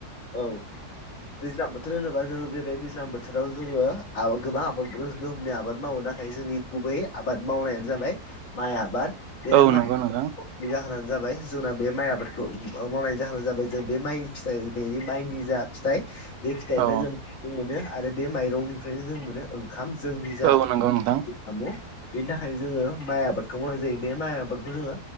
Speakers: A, on the left; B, on the right.
A: औ दैज्लां बोथोर होनोबा जोङो जेरै दैज्लां बोथोराव जोङो गोबां आबाद गोहोमनि आबाद मावोना नाथाय जोंनि गुबै आबाद मावनायानो जाबाय माइ आबाद बे
B: औ
A: माइ
B: नंगौ नोंथां
A: जाहोनानो जाबाय जोंना बे माइ आबादखौ मावनायनि जाहोनानो जाबाय बे माइ फिथाइ बेनि माइनि जा फिथाइ बे फिथाइनिफ्राय
B: औ
A: जों मोनो आरो बे माइरंनिफ्रायनो जों मोनो ओंखाम जोंनि जा
B: औ
A: नांगौ
B: नंगौ नोंथां
A: बेनि थाखाय जोङो माइ आबादखौ मावनाय जायो बे माइ आबादखौ जोङो